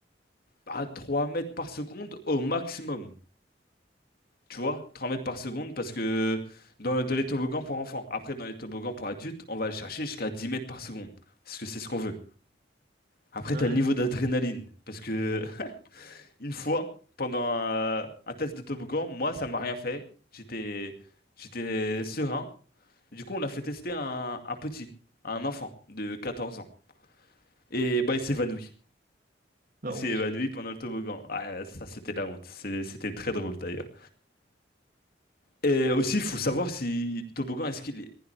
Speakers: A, on the left; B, on the right.
A: à 3 mètres par seconde au maximum. Tu vois, 3 mètres par seconde, parce que dans le- de les toboggans pour enfants. Après, dans les toboggans pour adultes, on va aller chercher jusqu'à 10 mètres par seconde. Parce que c'est ce qu'on veut. Après,
B: Ah
A: t'as
B: Ouais,
A: le niveau d'adrénaline. Parce que <laughs> une fois, pendant un, un test de toboggan, moi, ça m'a rien fait. J'étais, j'étais serein. Du coup, on a fait tester un, un petit, un enfant de 14 ans. Et bah, il s'évanouit.
B: la
A: Il
B: honte.
A: s'est évanoui pendant le toboggan. Ah, ça, c'était la honte. C'est- C'était très drôle d'ailleurs. Et aussi, il faut savoir si le toboggan, est-ce qu'il est,